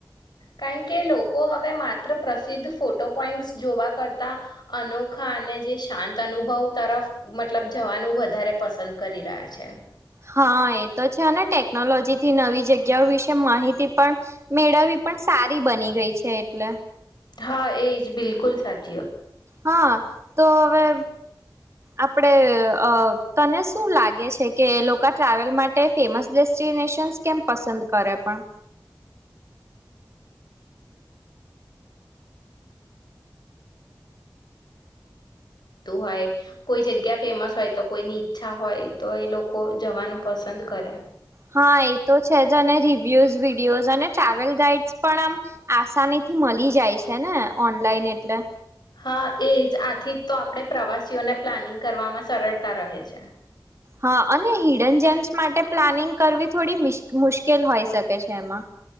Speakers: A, on the left; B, on the right.
A: કારણ કે લોકો હવે માત્ર પ્રસિદ્ધ ફોટો પોઈન્ટસ જોવા કરતા અનોખા અને જે શાંત અનુભવ તરફ મતલબ જવાનું વધારે પસંદ કરી રહ્યા છે.
B: હા એ તો છે અને ટેકનોલોજીથી નવી જ ગ્યા વિશે માહિતી પણ મેળવી પણ સારી બની ગઈ છે. એટલે
A: હા એજ બિલકુલ સાચ
B: હા, તો હવે આ પડે અ તને શું લાગે છે, કે એ લો ક ટ્રાવેલ માટે ફેમસ ડેસ્ટિનેશન્સ કેમ પસંદ કરે પણ.
A: તુ હોય કોઈ જગ્યા ફેમસ હોય, તો કોઈની ઈચ્છા હોય, તો એ લોકો જવાનું પસંદ કરે.
B: હા, એ તો છેજ, અને રિવ્યુઝ વિડીિયોઝ અને ટ્રાવેલ ગાઈડસ પણ આમ આસાનીથી મળી જાય છેને, ઓનલાઈન એટલે.
A: હા, એજ આથી જ તો આપણે પ્રવાસીઓને પ્લાનિંગ કરવામાં સરળતા રહે છે.
B: હા, અને હિડન જેમ્સ માટે પ્લાનિંગ કરવી થોડી, મિસ મુશ્કેલ હોઈ, શકે છે એમાં.